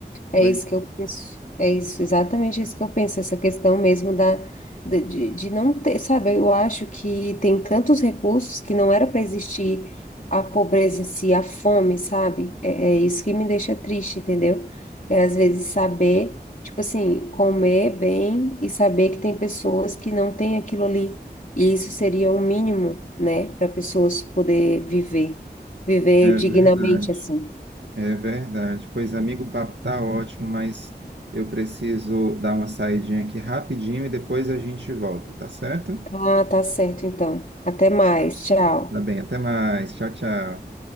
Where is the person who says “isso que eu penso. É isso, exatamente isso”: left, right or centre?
Left